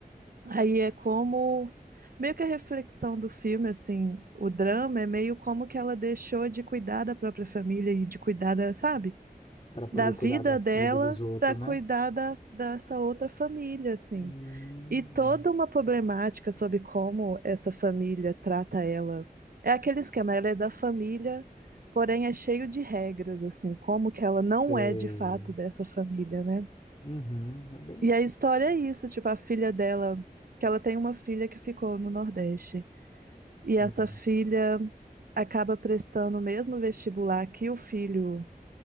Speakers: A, on the right; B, on the left.
A: Aí é como meio que a reflexão do filme, assim, o drama é meio como que ela deixou de cuidar da própria família e de cuidar da, sabe,
B: para poder
A: da vida
B: cuidar da vida
A: dela
B: dos outros,
A: para cuidar
B: né?
A: da, dessa outra família, assim.
B: Hum,
A: E toda uma problemática sobre como essa família trata ela. É aquele esquema, ela é da família, porém é cheio de regras, assim, como que ela não
B: sei.
A: é de fato dessa família, né?
B: Uhum, é bem,
A: E a história é isso, tipo, a filha dela, que ela tem uma filha que ficou no Nordeste.
B: sim.
A: E essa filha acaba prestando o mesmo vestibular que o filho